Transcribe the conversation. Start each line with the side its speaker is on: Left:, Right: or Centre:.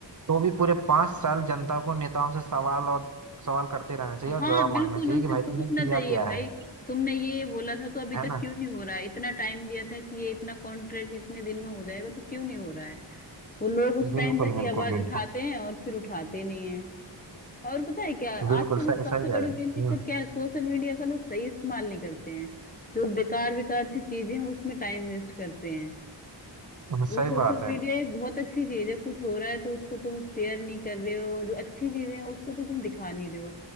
Right: तो भी पूरे पांच साल जनता को नेताओं से सवाल और सवाल करते रहना चाहिए
Left: हाँ
Right: और जवाब
Left: बिल्कुल
Right: मांगना चाहिए
Left: उनसे
Right: कि भाई तुमने
Left: पूछना
Right: किया
Left: चाहिए
Right: क्या
Left: भाई
Right: है
Left: तुमने ये बोला था तो अभी
Right: है
Left: तक
Right: ना
Left: क्यों नहीं हो रहा है इतना टाइम दिया था कि ये इतना कॉन्ट्रैक्ट इतने दिन में हो जाएगा तो क्यों नहीं हो रहा है वो लोग उस
Right: बिल्कुल
Left: टाइम तक ही
Right: बिल्कुल
Left: आवाज
Right: बिल्कुल
Left: उठाते हैं और फिर उठाते नहीं है और पता है क्या है?
Right: बिल्कुल
Left: आजकल
Right: सही
Left: सबसे
Right: सही
Left: बड़ी
Right: कह रहे
Left: मेन दिक्कत
Right: हैं
Left: क्या है सोशल मीडिया का लोग सही इस्तेमाल नहीं करते हैं जो बेकार बेकार सी चीजें हैं उसमें टाइम वेस्ट करते हैं
Right: हम्म,
Left: वो
Right: सही
Left: सोशल
Right: बात है
Left: मीडिया एक बहुत अच्छी चीज है कुछ हो रहा है तो उसको तुम शेयर नहीं कर रहे हो जो अच्छी चीजें हैं उसको तो तुम दिखा नहीं रहे हो